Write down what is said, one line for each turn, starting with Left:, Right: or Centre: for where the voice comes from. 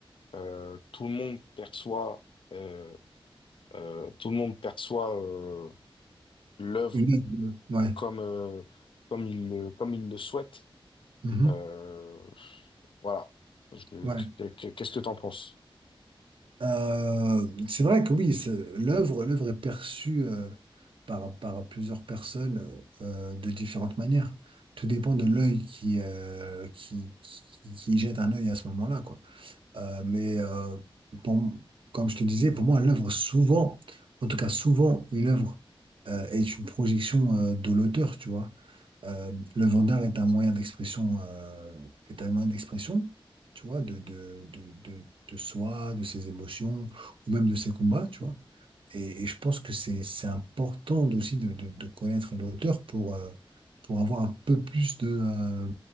Left: euh, tout le monde perçoit, euh, euh, tout le monde perçoit euh, l'œuvre
Right: Une œuvre, ouais.
Left: comme, euh, comme il le, comme il le souhaite.
Right: Mhm.
Left: Euh, voilà. Je-
Right: Ouais.
Left: Qu'est-ce que tu en penses?
Right: Euh, c'est vrai que oui, c'est- l'œuvre, l'œuvre est perçue euh, par, par plusieurs personnes euh, de différentes manières. Tout dépend de l'œil qui, euh, qui, qui, qui jette un œil à ce moment-là, quoi. Euh, mais euh, pour- comme je te disais, pour moi, l'œuvre, souvent, en tout cas souvent, une œuvre euh, est une projection euh, de l'auteur, tu vois. Euh, l'œuvre d'art est un moyen d'expression, euh, est un moyen d'expression, tu vois, de, de, de, de, de soi, de ses émotions, ou même de ses combats, tu vois. Et, et je pense que c'est, c'est important aussi de, de, de connaître l'auteur pour, euh, pour avoir un peu plus de, euh,